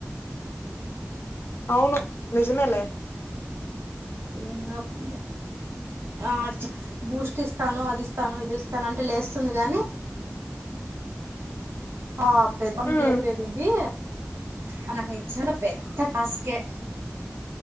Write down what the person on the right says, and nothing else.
ఇంకో పిల్ల ఆ బూస్ట్ ఇస్తాను అది ఇస్తాను ఇది ఇస్తాను అంటే లేస్తుంది గాని ఆ పెద్దమేని
లేపేది ఉంది ఆ నాకు నిజంగా పెద్ద టాస్కే